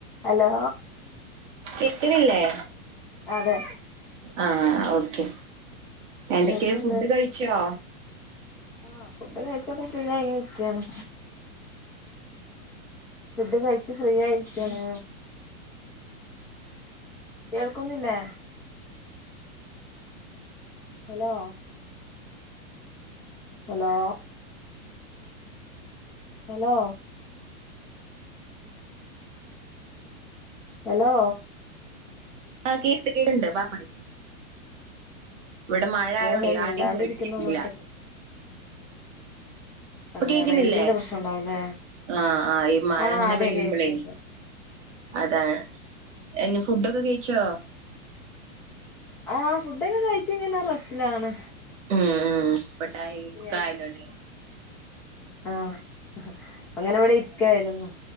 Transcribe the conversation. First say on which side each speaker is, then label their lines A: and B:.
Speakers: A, in the centre; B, on the right.
A: Hello.
B: േകക്കണില്ലേ?
A: അതെ
B: ആഹ് ഓക്കെ എന്തൊക്കെ
A: കേക്ക്ണ്ട്
B: ഫുഡ് കഴിച്ചോ?
A: ആഹ ഫുഡ് കഴിച്ചപ്പോ ഫ്രീ ആയി ഇരിക്കന്നു ഫുഡ് കഴിച്ചു ഫ്രീ ആയിരിക്കാണ്. കേൾക്കുന്നില്ലേ? Hello hello hello hello.
B: ആ് കേക്ണ്ട് കേക്ണ്ട് പറഞ്ഞ ഇവിടെ മഴ
A: എന്താ
B: ആയോണ്ടെ
A: മിണ്ടാണ്ടിരിക്കുന്നു
B: ആദ്യം കേട്ടിരുന്നില്ല
A: പോലത്തൊക്കെ
B: ഇപ്പൊ
A: അതെ
B: കേക്കണില്ലേ
A: റേഞ്ചിന്റെ പ്രശ്നം ഉണ്ടാവുംല്ലേ
B: ആഹ ആ ഈ മഴ
A: ആഹ്
B: ഇങ്ങനെ
A: അതെ
B: പെയ്യുമ്പളേ?
A: കേൾക്ക്ണ്ട്
B: അതാണ് എന്ന ഫുഡൊക്കെ കഴിച്ചോ?
A: ആഹ് ഫുഡൊക്കെ കഴിച്ച് ഇങ്ങനെ റസ്റ്റിലാണ്
B: ഉം ഉ പട്ടായിക്കായല്ലോല്ലേ?
A: ഫ്രീ ആഹ അങ്ങനെ അവിടെ ഇരിക്കായിരുന്നു.